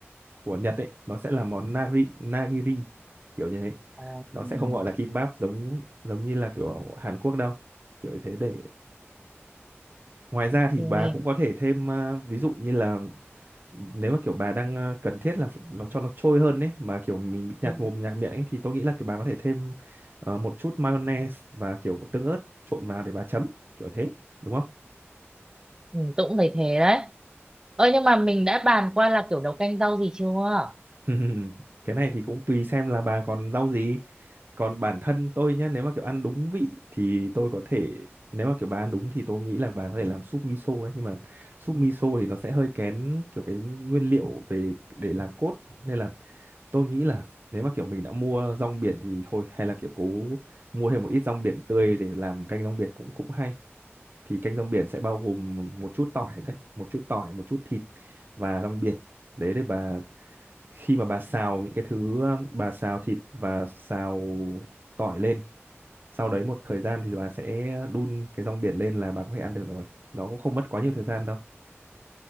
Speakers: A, on the right (about 50°); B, on the right (about 15°).
A: của Nhật ấy nó sẽ là món nari nagiri kiểu như thế
B: À,
A: nó
B: ừ,
A: sẽ không gọi là kimbap giống giống như là kiểu ở Hàn Quốc đâu kiểu như thế để ngoài ra
B: ok.
A: thì bà cũng có thể thêm ờ, ví dụ như là nếu mà kiểu bà đang ờ, cần thiết là ph- nó cho nó trôi hơn ấy mà kiểu mình bị nhạt
B: Ừ,
A: mồm nhạt miệng ấy thì tôi nghĩ là kiểu bà có thể thêm ờ, một chút mayonnaise và kiểu tương ớt trộn vào để bà chấm kiểu thế đúng không
B: ừ, tôi cũng thấy thế đấy. Ơ nhưng mà mình đã bàn qua là kiểu nấu canh rau gì chưa?
A: <laughs> cái này thì cũng tùy xem là bà còn rau gì còn bản thân tôi nhá nếu mà kiểu ăn đúng vị thì tôi có thể nếu mà kiểu bà ăn đúng thì tôi nghĩ là bà có thể làm súp miso đấy nhưng mà súp miso thì nó sẽ hơi kén kiểu cái nguyên liệu về để làm cốt nên là tôi nghĩ là nếu mà kiểu mình đã mua rong biển thì thôi hay là kiểu cố mua thêm một ít rong biển tươi để làm canh rong biển cũng cũng hay thì canh rong biển sẽ bao gồm một chút tỏi đấy một chút tỏi một chút thịt và rong biển đấy để bà khi mà bà xào những cái thứ um, bà xào thịt và xào tỏi lên sau đấy một thời gian thì bà sẽ đun cái rong biển lên là bà có thể ăn được rồi nó cũng không mất quá nhiều thời gian đâu